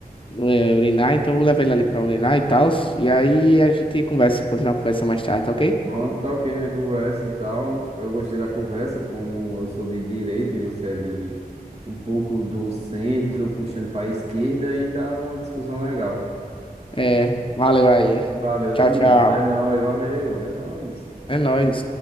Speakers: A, on the left; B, on the right.
A: é, urinar, então eu vou levar ele ali pra urinar e tal. E aí a gente conversa, continua a conversa mais tarde, tá ok?
B: Pronto, tá ok, né? Conversa e tal. Eu gostei da conversa, como eu sou de direita e você é de um pouco do centro, puxando pra esquerda, e dá uma discussão legal.
A: É, valeu aí.
B: Valeu,
A: Tchau,
B: tamo
A: tchau.
B: junto. É nóis, valeu, é nóis.
A: É nóis.